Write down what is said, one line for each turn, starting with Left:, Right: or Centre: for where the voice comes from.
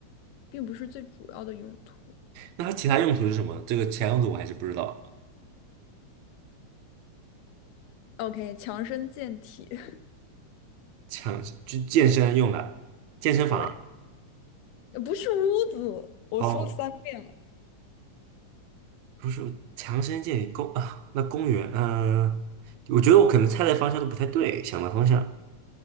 Left: 并不是最主要的用途。
Right: 那它其他用途是什么？这个其他用途我还是不知道。
Left: OK，强身健体，<laughs>
Right: 强，就健身用的，健身房。
Left: 对，呃不是屋子，我说了三遍了。
Right: 哦，不是强身健体公啊，那公园，嗯、我觉得我可能猜的方向都不太对，想的方向，